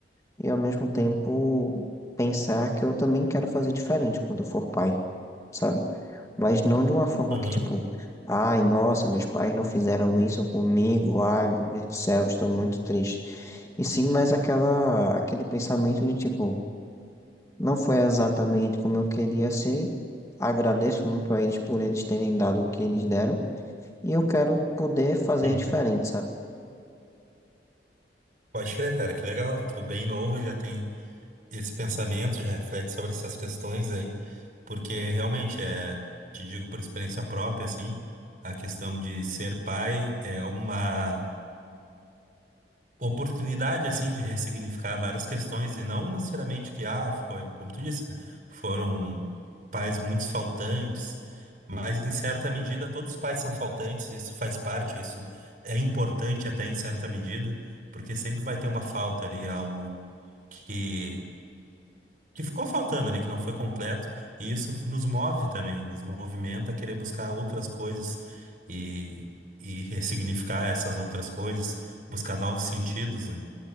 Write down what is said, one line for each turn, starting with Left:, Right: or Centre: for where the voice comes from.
Left: e ao mesmo tempo pensar que eu também quero fazer diferente quando eu for pai, sabe? Mas não de uma forma
Right: Uhum,
Left: que, tipo, ai, nossa, meus pais não fizeram isso comigo, ai, meu Deus do céu, estou muito triste. E sim, mas aquela, aquele pensamento de, tipo, não foi exatamente como eu queria ser, agradeço muito a eles por eles terem dado o que eles deram, e eu quero poder fazer
Right: uhum.
Left: diferente, sabe?
Right: Pode crer, cara, que legal. Tu bem novo, já tem esse pensamento, já reflete sobre essas questões aí, porque realmente é, te digo por experiência própria, assim, a questão de ser pai é uma oportunidade assim de ressignificar várias questões e não necessariamente que ah foi como tu disse né, foram pais muito faltantes mas em certa medida todos os pais são faltantes isso faz parte isso é importante até em certa medida porque sempre vai ter uma falta ali algo que que ficou faltando ali que não foi completo e isso nos move também nos movimenta a querer buscar outras coisas e e ressignificar essas outras coisas buscar novos sentidos né?